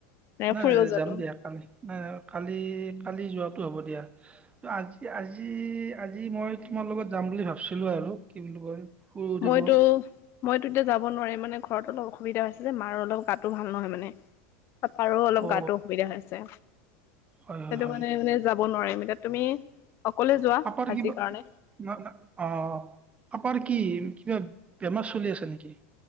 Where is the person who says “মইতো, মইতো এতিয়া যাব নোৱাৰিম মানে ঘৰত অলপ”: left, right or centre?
Left